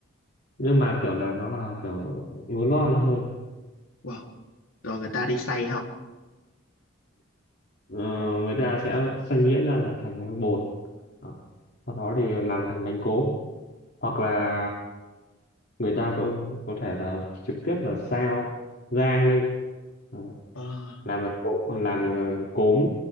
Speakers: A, on the left (about 50°); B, on the left (about 80°).
A: nhưng mà kiểu là nó là kiểu lúa non hơn
B: wow rồi người ta đi xay không
A: Ờ, người ta sẽ xay nhuyễn ra là thành cái bột Đó. sau đó thì làm thành bánh cốm hoặc là người ta có có thể là trực tiếp là xào rang lên Đó.
B: Ờ,
A: làm bánh cốm, làm ờ, cốm